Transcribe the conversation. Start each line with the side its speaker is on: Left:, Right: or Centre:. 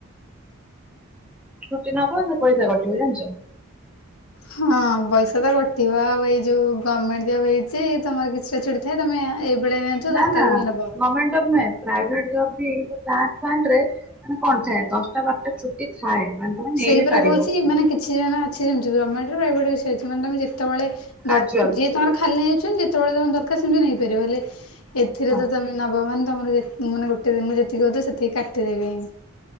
Centre: ଛୁଟି ନବ ନା ପଇସା କଟିବ ଜାଣିଛ।
Left: ହଁ ପଇସା ତ କଟିବ ଆଉ ଏଇ ଯୋଉ ଗଭର୍ଣ୍ଣମେଣ୍ଟ ଜବ ହେଇଛି ତମର କିଛିଟା ଛୁଡ଼ି ଥାଏ ତମେ? ଏଇବେଳେ ନିଅନ୍ତୁ
Centre: ନା
Left: ଦରକାର
Centre: ନା
Left: ବେଳେ ନବ।
Centre: ଗଭର୍ଣମେଣ୍ଟ ଜବ ନୁହେଁ? ପରୀବାଟ ଜବ ବି ପ୍ଲାଣ୍ଟ ଫାଣ୍ଟ ରେ ମାନେ କଣ ଥାଏ ଦଶଟା ବାରଟା ଛୁଟି ଥାଏ ମାନେ? ତମେ ନେଇ
Left: ସେଇ
Centre: ବିି
Left: ପୁରା
Centre: ପାରିବ
Left: କହୁଛି ମାନେ କିଛି ଜଣ ଆଛି ସେମିତି ଜମାେଟଭେଟ ମାନେ ତମେ ଯେତେବେଳେ?
Centre: କାଜୁଆଲ
Left: ଦର ଯିଏ ତମର ଖାଲି ନେଇ ଅଛନ୍ତି ଯେତେବେଳେ ତମେ ଦରକାର ସେମିତି ନେଇପାରିବ ହେଲେ ଏଥିରେ
Centre: ହଁ
Left: ତମେ? ନବ ମାନେ ତମର ମାନେ ଗୋଟେ ଦିନକୁ ଯେତିକି ହ ସେତିକି କାଟିଦେବି।